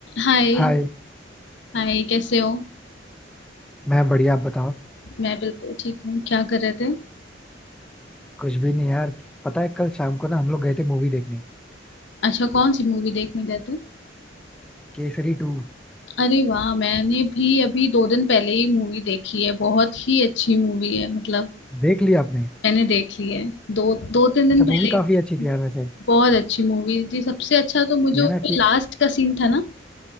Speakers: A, on the left; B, in the centre.
A: हाय
B: हाय
A: Hi कैसे हो
B: मैं बढ़िया आप बताओ
A: मैं बिल्कुल ठीक हूँ क्या कर रहे थे
B: कुछ भी नहीं यार पता है कल शाम को ना हम लोग गए थे मूवी देखने
A: अच्छा कौन सी मूवी देखने गए थे
B: केसरी टू
A: अरे वाह मैंने भी अभी दो दिन पहले ही मूवी देखी है बहुत ही अच्छी मूवी है मतलब
B: देख लिया आपने
A: मैंने देख ली है दो दो तीन दिन
B: अच्छा
A: पहले
B: मूवी
A: ही
B: काफी
A: देखी।
B: अच्छी थी यार वैसे
A: बहुत अच्छी मूवी थी सबसे अच्छा तो मुझे
B: ये
A: उसमें
B: ना कि
A: लास्ट का सीन था ना